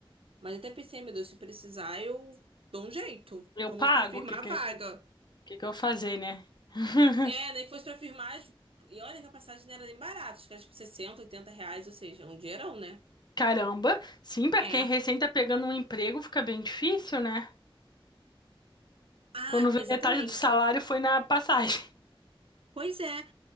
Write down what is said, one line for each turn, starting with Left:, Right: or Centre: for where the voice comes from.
Right: Mas eu até pensei, meu Deus, se precisar, eu dou um jeito.
Left: eu
Right: Pelo
Left: pago.
Right: menos pra firmar
Left: O que, que,
Right: a vaga.
Left: que que eu vou fazer, né? <laughs>
Right: É, nem que fosse pra firmar. as- E olha que a passagem não era nem barata, acho que era tipo 60, 80 reais, ou seja, um dinheirão, né?
Left: Caramba. Sim, pra
Right: É.
Left: quem recém tá pegando um emprego, fica bem difícil, né?
Right: Ah,
Left: Quando vê
Right: exatamente.
Left: metade do salário foi na passagem.
Right: Pois é.